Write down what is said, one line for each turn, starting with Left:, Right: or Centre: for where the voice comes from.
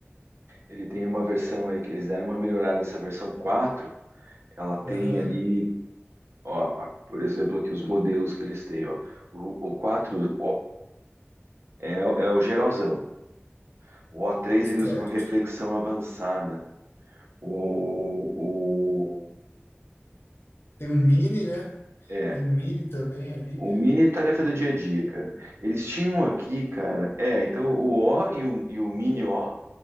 Right: ele tem uma versão aí que eles deram uma melhorada, essa versão quatro ela tem
Left: Aham,
Right: ali, ó, a- por exemplo, aqui os modelos que eles têm, ó. O, o quatro o é, é o geralzão. O o três ele
Left: certo.
Right: usa uma reflexão avançada. O, o
Left: Tem um mini, né?
Right: é,
Left: Tem um mini também ali.
Right: o mini é tarefa do dia a dia, cara. Eles tinham aqui, cara, é, então o O e o, e o mini O